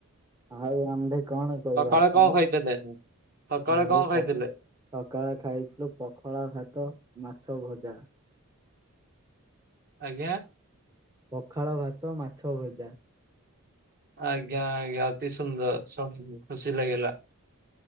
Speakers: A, on the right; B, on the right.
A: ଆଉ ଆମ୍ଭେ କଣ କରିବା
B: ସକାଳେ
A: ଆପଣ
B: କଣ ଖାଇଥିଲେ? ସକାଳେ
A: ଆମ୍ଭେ
B: କଣ
A: ସ
B: ଖାଇଥିଲେ?
A: ସକାଳେ ଖାଇଥିଲୁ ପଖଳା ଭାତ ମାଛ ଭଜା।
B: ଆଜ୍ଞା।
A: ପଖାଳ ଭାତ ମାଛ ଭଜା।
B: ଆଜ୍ଞା ଆଜ୍ଞା ଅତି ସୁନ୍ଦର ସୁଣି ଖୁସି ଲାଗିଲା।